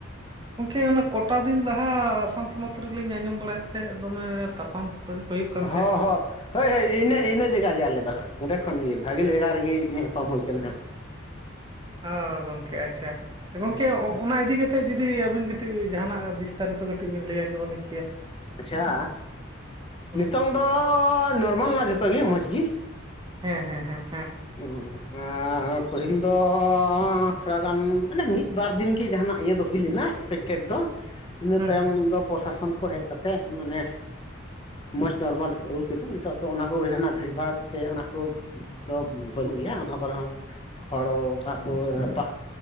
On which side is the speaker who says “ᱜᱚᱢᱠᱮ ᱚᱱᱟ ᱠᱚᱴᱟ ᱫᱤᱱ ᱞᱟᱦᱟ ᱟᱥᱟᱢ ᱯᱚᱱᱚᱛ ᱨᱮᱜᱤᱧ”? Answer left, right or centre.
Right